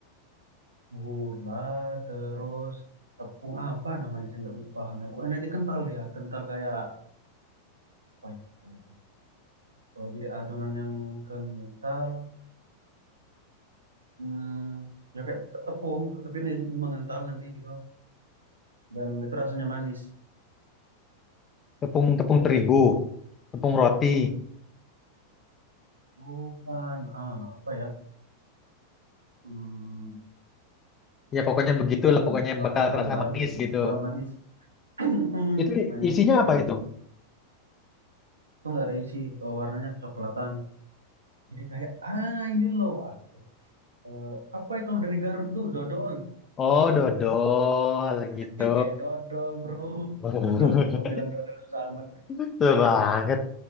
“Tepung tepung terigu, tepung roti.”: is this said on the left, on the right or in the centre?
Left